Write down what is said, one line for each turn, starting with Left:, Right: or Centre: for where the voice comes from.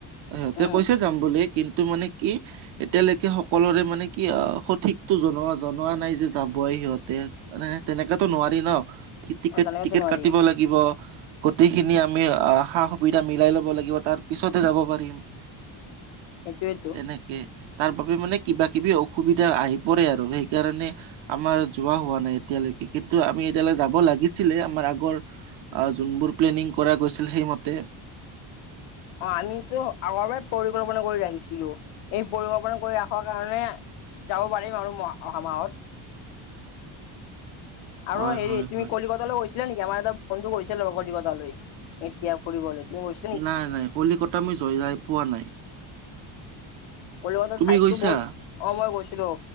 Right: সিহঁতে
Left: উম
Right: কৈছে যাম বুলি, কিন্তু মানে কি এতিয়ালে সকলোৰে মানে কি অ' সঠিকতো জনোৱা জনোৱা নাই যে যাবই সিহঁতে। মানে তেনেকাতো নোৱাৰি ন, টিকেট-টিকেট
Left: তেনেকেতো নোৱাৰি
Right: কাটিব লাগ গিব, গোটেইখিনি আমি অ সা-সুবিধা মিলাই লব লাগিব, তাৰ পিছতহে যাব পাৰিম। <inaudible>
Left: এইটোৱেটো।
Right: তেনেকে তাৰ বাবে মানে কিবা-কিবি অসুবিধা আহি পৰে আৰু সেইকাৰণে আমাৰ যোৱা হোৱা নাই এতিয়ালৈকে, কিন্তু আমি এতিয়ালৈ যাব লাগিছিলে আমাৰ আগৰ আহ, যোনবোৰ প্লেনিং কৰা গৈছিল সেইমতে।
Left: অ', আমিতো আগৰ পৰা পৰিকল্পনা কৰি ৰাখিছিলোঁ। এই পৰিৱৰ্তন কৰি ৰাখাৰ কাৰণে যাব পাৰিম আৰু অহা মাহত। আৰু
Right: হয়
Left: হেৰি
Right: হয়
Left: তুমি
Right: হয়
Left: কলিকত <unintelligible> গৈছিলা নেকি? আমাৰ এটা বন্ধু গৈছিলে, কলিকতালৈ লৈ এতিয়া ফুৰিবলৈ গৈছোঁ।
Right: নাই নাই, কলিকতা মই যায়েই পোৱা নাই।
Left: কলিকতাৰ
Right: তুমি
Left: ঠাইতো
Right: গৈছা
Left: বহুত অঁ, মই গৈছিলোঁ।